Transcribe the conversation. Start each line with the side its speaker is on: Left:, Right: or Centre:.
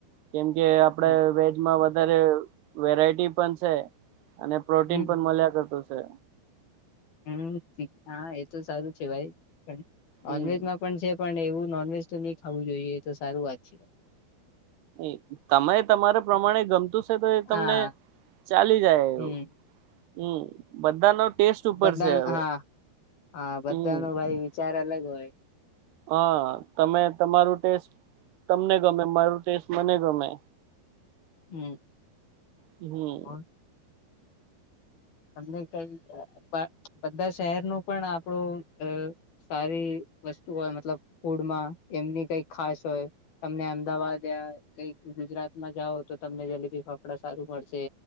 Right: કેમકે આપડે
Left: હમ
Right: વેજમાં વધારે વેરાયટી પણ છે અને પ્રોટીન
Left: હમ
Right: પણ મળ્યા કરતું છે.
Left: હમ તીખા એ તો સારું છે ભાઈ પણ નોનવેજમાં.
Right: હમ
Left: પણ છે પણ એવું નોનવેજ તો નહી ખાવું જોઈએ તો સારું વાત છે.
Right: એ તમે તમારે પ્રમાણે ગમતું તો એ તમને
Left: હા
Right: ચાલી જાય એવું.
Left: હમ
Right: હમ બધાનો ટેસ્ટ ઉપર
Left: બધા
Right: છે હવે.
Left: હા હા બધા
Right: હમ
Left: નો ભાઈ વિચાર અલગ હોય.
Right: હા તમે તમારું ટેસ્ટ. તમને ગમે મારૂ ટેસ્ટ મને ગમે.
Left: હમ્મ
Right: હમ્મ
Left: <unintelligible> તમને કઈ બધા શહેર નું પણ આપણું. સારી વસ્તુ હોય મતલબ ફૂડમાં એમની કઈ ખાસ હોય. તમને અમદાવાદયા કઈક ગુજરાતમાં જાઓ તો તમને જલેબી ફાફડા સારું મળશે.